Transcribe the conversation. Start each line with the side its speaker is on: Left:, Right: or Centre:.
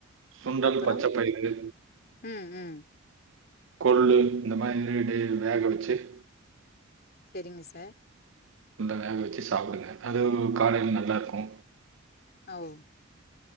Right: சுண்டல்
Left: அப்பறோ
Right: பச்சப்பைரு
Left: ம் ம்
Right: கொள்ளு இந்த மாரி நைட்டே வேக வச்சு ட்டு
Left: செரிங்க சார்
Right: சுணடல் வேக வச்சு சாப்டுங்க அது காலேல நல்லார்க்கு
Left: அஹ் ஓ